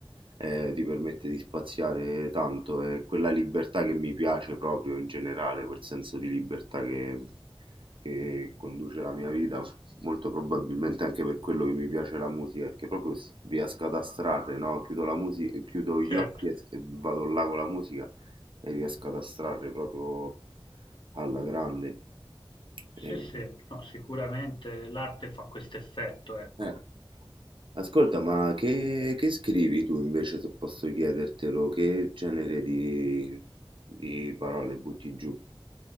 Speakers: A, on the right; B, on the left.
A: eh, ti permette di spaziare tanto, è quella libertà che mi piace proprio in generale, quel senso di libertà che, che conduce la mia vita, Molto probabilmente anche per quello che mi piace la musica, perché proprio si- riesco ad astrarre, no? Chiudo la musica, chiudo gli
B: Certo,
A: occhi e, e vado là con la musica e riesco ad astrarre proprio alla grande.
B: sì,
A: E-
B: sì, no, sicuramente l'arte fa questo effetto, ecco.
A: eh. Ascolta, ma che, che scrivi tu invece, se posso chiedertelo? Che genere di, di parole butti giù?